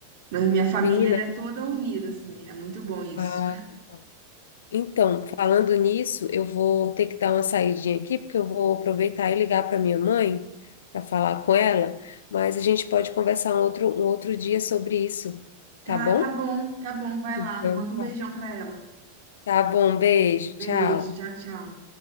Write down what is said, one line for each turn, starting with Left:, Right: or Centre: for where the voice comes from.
Right: Na minha família,
Left: Menina,
Right: ela é toda unida, assim. É muito bom isso.
Left: ah, legal. Então, falando nisso, eu vou ter que dar uma saidinha aqui, porque eu vou aproveitar e ligar para minha mãe para falar com ela, mas a gente pode conversar um outro, um outro dia sobre isso,
Right: Tá,
Left: tá bom?
Right: tá bom, tá bom, vai lá.
Left: Então,
Right: Manda
Left: tá.
Right: um beijão pra ela.
Left: Tá bom, beijo,
Right: Beijo,
Left: tchau.
Right: tchau, tchau.